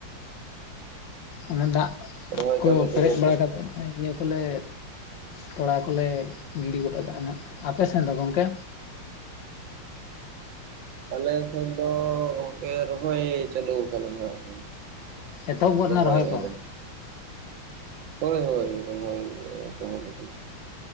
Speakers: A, on the left; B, on the right.
A: ᱚᱱᱟ ᱫᱟᱜ
B: ᱨᱚᱦᱚᱭ
A: ᱠᱚ
B: ᱠᱟᱹᱢᱤ
A: ᱯᱮᱨᱮᱡ
B: ᱜᱚᱝᱠᱮ
A: ᱵᱟᱲᱟ ᱠᱟᱛᱮᱫ ᱱᱚᱜᱼᱚᱭ ᱤᱭᱟᱹ ᱠᱚᱞᱮ ᱛᱚᱲᱟ ᱠᱚᱞᱮ ᱜᱤᱰᱤ ᱜᱚᱫ ᱠᱟᱜᱼᱟ ᱱᱟᱦᱟᱜ ᱟᱯᱮᱥᱮᱱ ᱫᱚ ᱜᱚᱢᱠᱮ
B: ᱟᱞᱮ ᱥᱮᱱ ᱫᱚ ᱜᱚᱝᱠᱮ ᱨᱚᱦᱚᱭ ᱪᱟᱹᱞᱩ ᱟᱠᱟᱱᱟ ᱦᱟᱸᱜ
A: ᱮᱛᱚᱦᱚᱵ ᱜᱚᱫ
B: ᱨᱚᱦᱚᱭᱮᱫᱼᱟ
A: ᱮᱱᱟ ᱨᱚᱦᱚᱭ ᱠᱚ
B: ᱞᱮ ᱦᱳᱭ ᱦᱳᱭ ᱨᱚᱦᱚᱭ ᱠᱚ ᱮᱛᱚᱦᱚᱵ ᱠᱟᱱᱟ